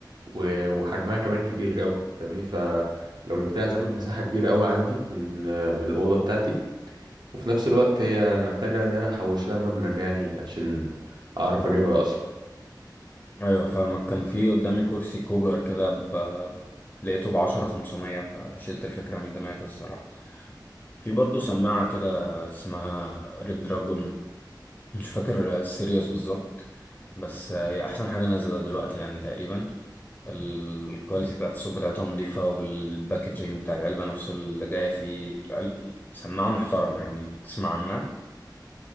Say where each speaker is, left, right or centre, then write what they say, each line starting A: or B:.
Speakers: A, on the right; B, on the left.
A: و- وحجمها كمان كبير قوي فاهمني فلو جبتها هتاخد مساحة كبيرة قوي عندي من آه، من الأوضة بتاعتي وفي نفس الوقت هي محتاجة إن أنا أحوش لها مبلغ يعني عشان أعرف أجيبها أصلا
B: ايوه فاهمك كان في قدامي كرسي كوجر كده ب... لقيته بعشرة خمسمية فشلت الفكرة من دماغي الصراحة في برضو سماعة كده اسمها ريد دراجون مش فاكر السيريوس بالظبط بس هي أحسن حاجة نازلة دلوقتي يعني تقريبا الكواليتي بتاعت الصوت بتاعتها نضيفة والباكجينج بتاع العلبة نفسه اللي جاية فيه العلبة سماعة محترمة يعني تسمع عنها